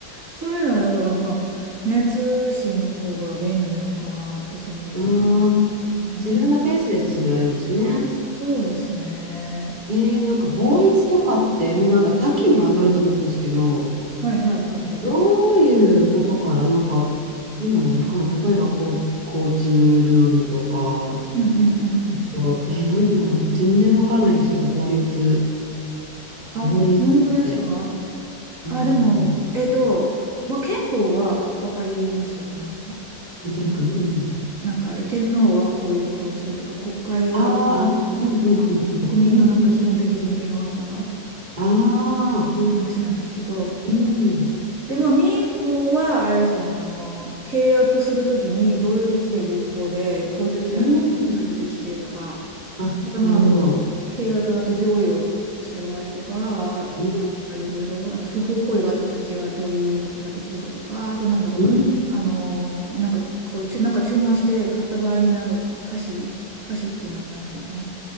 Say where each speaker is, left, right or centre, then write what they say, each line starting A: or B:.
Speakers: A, on the right; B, on the right.
A: そういうのはだからまあ、ね、通信の方が便利なのかなって私は思う
B: ああ、
A: けどね。
B: 自分のペースで進められるんですね。
A: そうですね。
B: えー、なんか法律とかって、もうなんか多岐にわたると思うんですけど、
A: はいはいはいはい。
B: どういうことから、なんか、なんだろう、わからん。例えば、こう、交通ルールとか、
A: うんうんうんうん。
B: と、えーなんだろう、全然わからないんですけど、法律、
A: あ、
B: 法律って、
A: 本当ですか
B: うーん、
A: あ、でも、えっと、まあ、憲法はわかりますよね、なんか。
B: なんとなく、
A: うん
B: うん。
A: なんかあれ、天皇はこういうことをするとか、国会はこういうことをするとか、
B: あーあ、うんうんうんうん、
A: 国民のなんか基本的人権はとか、
B: うん、ああ、
A: いう話なんですけど、
B: うん、
A: で、まあ、民法は、あれですよね、あの、契約するときに、どういうときが有効で、こういうときは解除できてとか、
B: うん、あ、
A: あと、まあ、
B: なるほど、
A: 契約があと譲与した場合とか、なん
B: うん、
A: かいろいろ、あと不法行為があったときはどういうことができるかとか、あとなんだろう、
B: うん、
A: あの、なんかこう、ちゅ、なんか注文して買った場合になんかか瑕疵、瑕疵っていうのはなんですか、この、